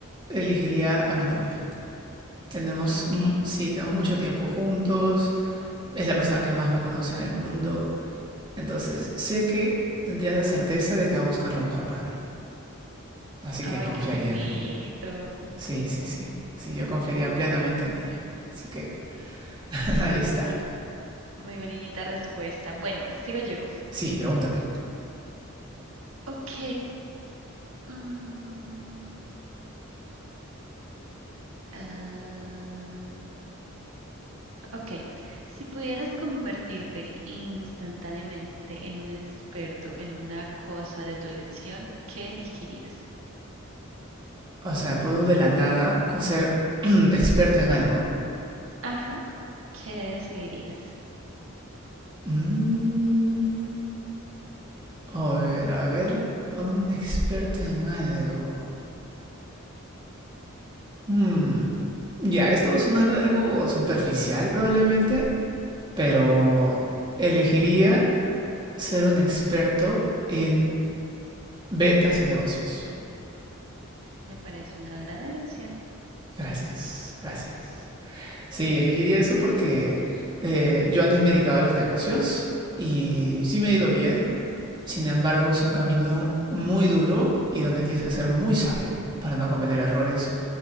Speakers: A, on the right; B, on the right.
A: elegiría a mi novia. Tenemos,
B: Ok.
A: mu- sí, tenemos mucho tiempo juntos. Es la persona que más me conoce en el mundo. Entonces, sé que tendría la certeza de que va a buscar lo mejor para mí. Así
B: Ay,
A: que confiaría
B: qué bonito.
A: en ella. Sí, sí, sí. Sí, yo confiaría plenamente en ella. Así que <laughs> ahí está.
B: Muy bonita respuesta. Bueno, sigo yo.
A: Sí, pregúntame.
B: Ok. Mm, ah, Ok, si pudieras convertirte instantáneamente en un experto en una cosa de tu elección, ¿qué elegirías?
A: O sea, puedo de la nada con ser <clears throat> experto en algo.
B: Ajá, ¿qué decidirías?
A: Mm. A ver, a ver, un experto en algo. Hmm, Ya, esto va a sonar algo superficial probablemente, pero elegiría ser un experto en ventas y negocios.
B: Me parece una gran elección,
A: Gracias, gracias. Sí, elegiría eso porque eh, yo antes me dedicaba a los negocios y sí me ha ido bien. Sin embargo, es un camino muy duro y donde tienes que ser muy sabio para no cometer errores